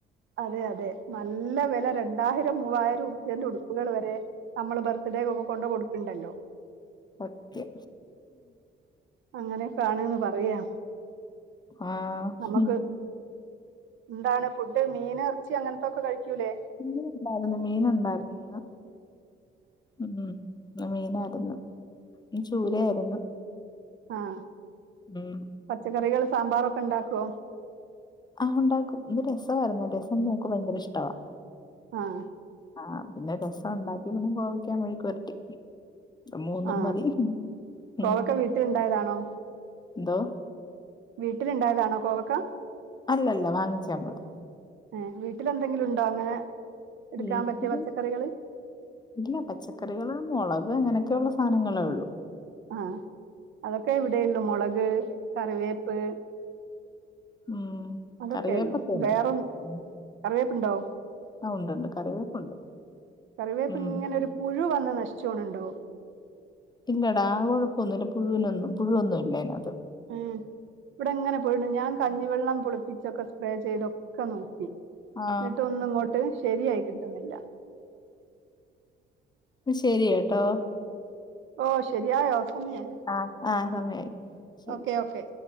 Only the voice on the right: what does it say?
അതെ അതെ നല്ല വില രണ്ടായിരം മൂവായിരം ഉർപ്പ്യേന്റെ ഉടുപ്പുകൾ വരെ നമ്മള് ബർ <unintelligible> കുട്ട്യാക്കൊക്കെ കൊണ്ടേ കൊട്ക്ക്ൺണ്ടല്ലോ..
അങ്ങനെയൊക്കെ ആണ്ന്ന് പറയാ.
നമുക്ക്
എന്താണ് ഫുഡ് മീന് എർച്ചി അങ്ങൻത്തൊക്കെ കഴിക്കൂലേ?
ആഹ്‌.
പച്ചക്കറികൾ സാമ്പാറൊക്കെ ണ്ടാക്കോ?
ആഹ്‌
ആഹ്
കോവക്ക വീട്ടിലുണ്ടായതാണോ
വീട്ടില്ണ്ടായതാണോ കോവക്ക?
ഏഹ്‌ വീട്ടിലെന്തെങ്കിലും ഉണ്ടോ അങ്ങനെ എടുക്കാൻ
പറ്റിയ പച്ചക്കറികള്?
ആഹ് അതൊക്കെ ഇവിടെ ഉള്ളു മുളക് കറിവേപ്പ്
അതൊക്കെയുള്ളൂ
വേറെ
കറിവേപ്പുണ്ടോ?
കറിവേപ്പ്
ഇങ്ങനൊരു പുഴു വന്ന് നശിച്ചോണുണ്ടോ?
ഉം ഇവ്ടെങ്ങനെ പുഴുണ്ട് ഞാൻ കഞ്ഞിവെള്ളം പുളിപ്പിച്ചൊക്കെ സ്പ്രേ ചെയ്തൊക്കെ നോക്കി.
ന്നട്ടൊന്നും ഇങ്ങോട്ട് ശരിയായി കിട്ടുന്നില്ല.
ഓ ശരിയായോ സമയായോ
ഓക്കെ ഓക്കെ